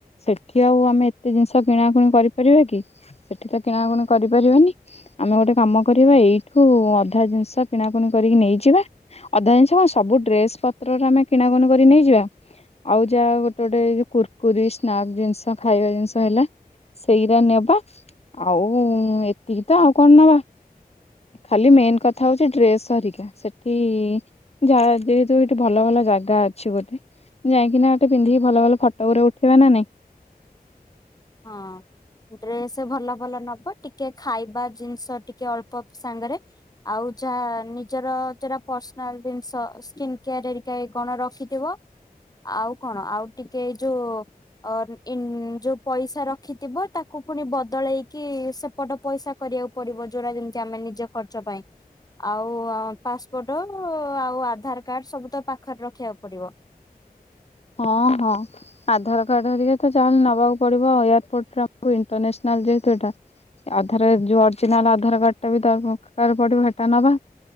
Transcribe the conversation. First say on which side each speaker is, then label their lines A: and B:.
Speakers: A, on the left; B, on the left.
A: ସେଠି ଆଉ ଆମେ ଏତେ ଜିନିଷ କିଣାକୁଣି କରିପାରିବା କି ସେଠି ତ କିଣାକୁଣି କରିପାରିବାନି। ଆମେ ଗୋଟେ କାମ କରିବା ଏଇଠୁ ଅଧା ଜିନିଷ କିଣାକୁଣି କରିକି ନେଇଯିବା। ଅଧା ଜିନିଷ କଣ ସବୁ ଡ୍ରେସ ପତ୍ରରା ଆମେ କିଣାକୁଣି କରି ନେଇଯିବା। ଆଉ ଯାହା ଗୋଟେ ଗୋଟେ କୁୁରକୁରି ସ୍ନାକ୍ ଜିନିଷ ଖାଇବା ଜିନିଷ ହେଲା। ସେଇରା ନେବା ଆଉ ଏତିକି ତ ଆଉ କଣ ନବା। ଖାଲି ମେନ୍ କଥା ହଉଛି ଡ୍ରେସ୍ ହରିକା ସେ କି <inaudible> ଯଉ ହେଠି ଭଲ ଭଲ ଜାଗା ଅଛି ବୋଧେ। ଯାଇଁକିନା ହେଠି ପିନ୍ଧିକି ଭଲ ଭଲ ଫଟ ଗୁରେ ଉଠେଇବା ନା ନାଇଁ?
B: ହଁ। ଡ୍ରେସ ଭଲ ଭଲ ନବ, ଟିକେ ଖାଇବା ଜିନିଷ, ଟିକେ ଅଳ୍ପ ବି ସାଙ୍ଗରେ ଆଉ ଯାହା ନିଜର ଜଉରା ପର୍ସନାଲ ଜିନିଷ ସ୍କିନ୍ କେୟାର ହେରିକାକି କଣ ରଖିଥିବ। ଆଉ କଣ ଆଉ ଟିକେ ଏଇ ଯୋଉ ଅ ଇନ ଯୋ ପଇସା ରଖିଥିବ ତାକୁ ପୁଣି ବଦଳେଇକି ସେପଟ ପଇସା କରିବାକୁ ପଡିବ ଯଉରା ଯେମତି ଆମେ ନିଜ ଖର୍ଚ୍ଚ ପାଇଁ। ଆଉ ପାସପୋର୍ଟ ଆଉ ଆଧାର କାର୍ଡ ସବୁ ତ ପାଖରେ ରଖିବାକୁ ପଡିବ।
A: ହଁ, ହଁ। ଆଧାର କାର୍ଡ ହେରିକା ତ ଯାହାହେଲେ ନେବାକୁ ପଡିବ ଏୟାରପୋର୍ଟରେ ଆମକୁ ଇଣ୍ଟରନେସନାଲ ଯେହେତୁ ଏଇଟା। ଆଧାରରେ ଯୋଉ ଅରିଜିନାଲ ଆଧାର କାର୍ଡ ଟା ବି ଦରକାର ପଡିବ ହେଟା ନବା।